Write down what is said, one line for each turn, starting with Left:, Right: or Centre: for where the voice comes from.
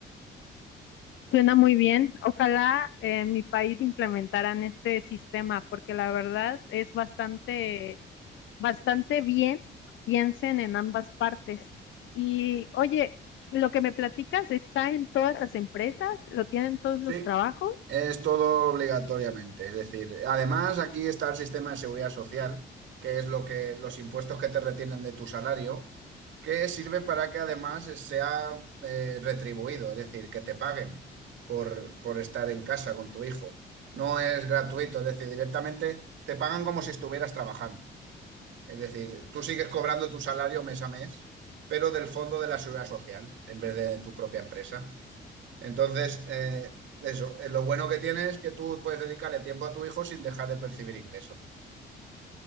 Left: Suena muy bien. Ojalá eh, en mi país implementaran este sistema porque la verdad es bastante bastante bien, piensen en ambas partes. Y oye, lo que me platicas está en todas las empresas, lo tienen todos los
Right: Sí,
Left: trabajos.
Right: es todo obligatoriamente. Es decir, además aquí está el sistema de seguridad social, que es lo que los impuestos que te retienen de tu salario, que sirve para que además sea eh, retribuido, es decir, que te paguen por, por estar en casa con tu hijo. No es gratuito, es decir, directamente te pagan como si estuvieras trabajando. Es decir, tú sigues cobrando tu salario mes a mes, pero del fondo de la seguridad social, en vez de tu propia empresa. Entonces, eh, eso, eh, lo bueno que tiene es que tú puedes dedicarle tiempo a tu hijo sin dejar de percibir ingresos.